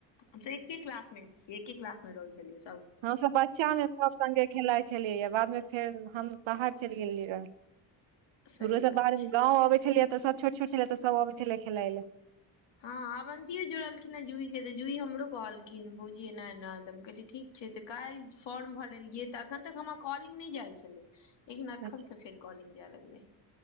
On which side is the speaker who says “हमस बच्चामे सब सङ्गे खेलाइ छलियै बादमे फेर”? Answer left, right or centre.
Right